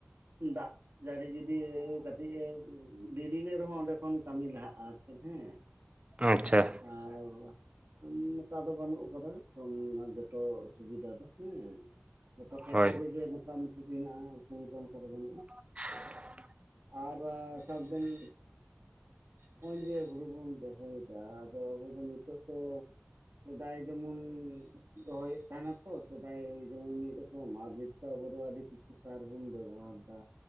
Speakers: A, on the right (about 75°); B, on the right (about 30°).
A: ᱫᱟᱜᱽ ᱡᱟᱹᱲᱤ ᱡᱩᱫᱤ ᱠᱟᱴᱤᱡ ᱮ ᱰᱤᱨᱤ ᱞᱮ ᱨᱮᱦᱚ ᱚᱸᱰᱮ ᱠᱷᱚᱱ ᱠᱟᱹᱢᱤ ᱞᱟᱦᱟᱜᱼᱟ ᱟᱨ ᱪᱮ ᱦᱟᱸᱜ᱾
B: ᱟᱪᱪᱷᱟ ᱾
A: ᱟᱣ ᱱᱚᱠᱟ ᱫᱚ ᱵᱟᱹᱱᱩᱜ ᱟᱠᱟᱫᱟ ᱛᱚ ᱚᱱᱟ ᱡᱚᱛᱚ ᱥᱩᱵᱤᱫᱷᱟ ᱫᱚ ᱦᱮᱸ ᱡᱚᱛᱚ ᱯᱷᱮᱛ
B: ᱦᱳᱭ
A: ᱯᱷᱮᱛ ᱨᱮᱜᱮ ᱱᱚᱝᱠᱟ ᱢᱤᱫᱴᱤᱡ ᱢᱮᱱᱟᱜᱼᱟ ᱚᱥᱚᱵᱤᱫᱟ ᱫᱚ ᱚᱱᱠᱟ ᱵᱟᱹᱱᱩᱜᱼᱟ ᱾
B: <inaudible>
A: ᱟᱨ ᱥᱟᱵ ᱵᱤᱱ ᱱᱚᱜ ᱚᱭ ᱡᱮ ᱦᱩᱲᱩ ᱵᱚᱱ ᱫᱚᱦᱚ ᱭᱮᱫᱟ ᱟᱫᱚ ᱟᱵᱚ ᱫᱚ ᱱᱤᱛᱚᱜ ᱫᱚ ᱥᱮᱫᱟᱭ ᱡᱮᱢᱚᱱ ᱫᱚᱦᱚᱭᱮᱫ ᱛᱟᱦᱮᱸ ᱱᱟᱠᱚ ᱥᱮᱫᱟᱭ ᱡᱮᱢᱚᱱ ᱢᱤᱫ ᱨᱚᱠᱚᱢ ᱟᱨ ᱱᱤᱛ ᱟᱵᱚ ᱫᱚ ᱟᱹᱰᱤ ᱠᱤᱪᱷᱩ ᱥᱟᱨ ᱵᱚᱱ ᱵᱮᱵᱚᱦᱟᱨ ᱮᱫᱟ᱾